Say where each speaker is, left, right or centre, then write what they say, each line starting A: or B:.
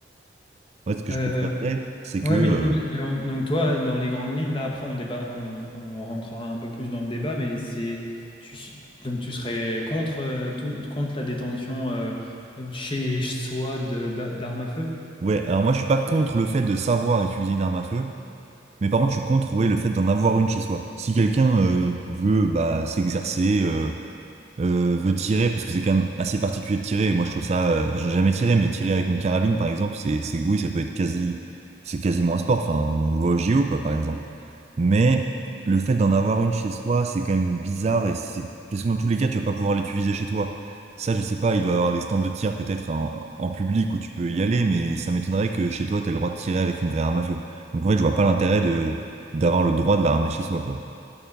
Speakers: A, on the right; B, on the left.
A: En fait, ce que
B: Euh,
A: je préférerais, c'est que
B: ouais,
A: euh,
B: mais du coup, t- donc, donc toi, dans les grandes lignes, là après on débat, on, on rentrera un peu plus dans le débat, mais c'est, tu, donc tu serais contre, euh, tout- contre la détention euh, chez soi de- d'a- d'armes à feu?
A: Ouais, alors moi je suis pas contre le fait de savoir utiliser une arme à feu, mais par contre je suis contre ouais, le fait d'en avoir une chez soi. Si quelqu'un euh, veut bah, s'exercer, euh, euh, veut tirer, parce que c'est quand même assez particulier de tirer, moi je trouve ça, euh, j'en ai jamais tiré, mais tirer avec une carabine par exemple, c'est, c'est oui, ça peut être quasi, c'est quasiment un sport, enfin on, on le voit au JO quoi par exemple. Mais le fait d'en avoir une chez soi, c'est quand même bizarre et c'est, parce que dans tous les cas tu vas pas pouvoir l'utiliser chez toi. Ça je sais pas, il doit y avoir des stands de tir peut-être en, en public où tu peux y aller, mais ça m'étonnerait que chez toi t'aies le droit de tirer avec une vraie arme à feu. Donc en fait je vois pas l'intérêt de, d'avoir le droit de la ramener chez soi quoi.